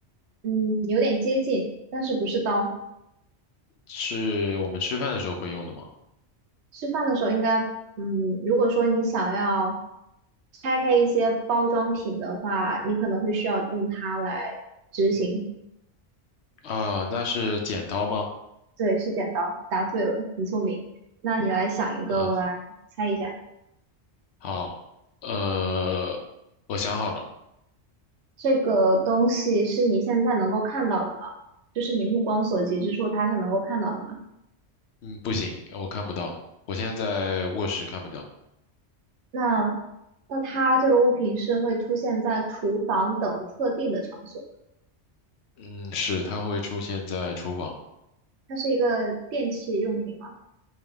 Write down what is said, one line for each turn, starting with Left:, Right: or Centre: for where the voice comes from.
Right: 嗯，有点接近，但是不是刀。
Left: 是我们吃饭的时候会用的吗？
Right: 吃饭的时候应该，嗯，如果说你想要拆开一些包装品的话，你可能会需要用它来执行。
Left: 啊，那是剪刀吗？
Right: 对，是剪刀，答对了，很聪明。那你来想一个，
Left: 啊，
Right: 我来猜一下，
Left: 好，呃，我想好了。
Right: 这个东西是你现在能够看到的吗？就是你目光所及之处，它是能够看到的吗？
Left: 嗯，不行，我看不到，我现在在卧室看不到。
Right: 那那它这个物品是会出现在厨房等特定的场所。
Left: 嗯，是，它会出现在厨房。
Right: 它是一个电器用品吗？